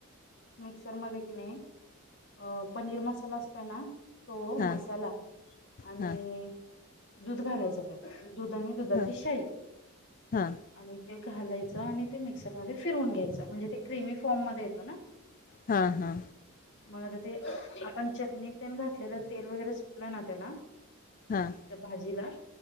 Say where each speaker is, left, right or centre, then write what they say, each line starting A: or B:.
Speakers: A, on the left; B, on the left.
A: मिक्सरमध्येध्ये कि नाही पनीर मसाला असतोय ना तो
B: हां
A: मसाला आणि
B: हां
A: दूध घालायच ते दुध आणि दुधाची
B: हां
A: शाही
B: हां
A: आणि ते घालायचं. आणि ते मिक्सरमध्येध्ये फिरवून घ्यायचं. म्हणजे ते क्र्रीमी फॉर्म मध्ये येतो ना
B: हा हा
A: मग आता ते आपण चटणीत प घातलेलं तेल वगैरे टलं ना त्याला
B: हां
A: त्या भाजीला